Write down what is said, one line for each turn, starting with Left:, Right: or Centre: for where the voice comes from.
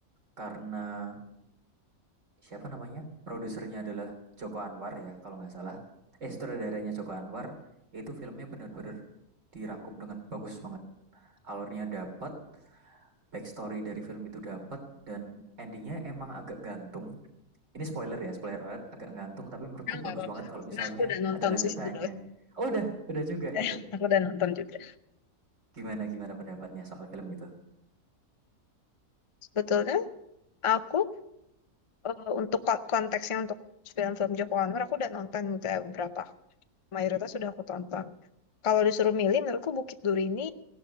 Right: karena Siapa namanya? Produsernya adalah Joko Anwar ya, kalau nggak salah. Eh, sutradaranya Joko Anwar, itu filmnya benar-benar dirangkum dengan bagus banget. Alurnya dapat, backstory dari film itu dapat, dan endingnya emang agak gantung. Ini spoiler ya, spoiler alert, agak gantung, tapi menurutku
Left: Ya, nggak
Right: bagus
Left: apa-apa.
Right: banget kalau misalnya
Left: Karena aku udah nonton
Right: ada lanjutannya.
Left: sih sebetulnya.
Right: Oh, udah, udah juga
Left: Ya,
Right: gitu.
Left: <laughs> aku udah nonton juga.
Right: Gimana gimana pendapatnya soal film itu?
Left: Sebetulnya aku eh, untuk ko- konteksnya untuk film-film Joko Anwar aku udah nonton gitu ya beberapa. Mayoritas sudah aku tonton. Kalau disuruh milih, menurutku Bukit Duri ini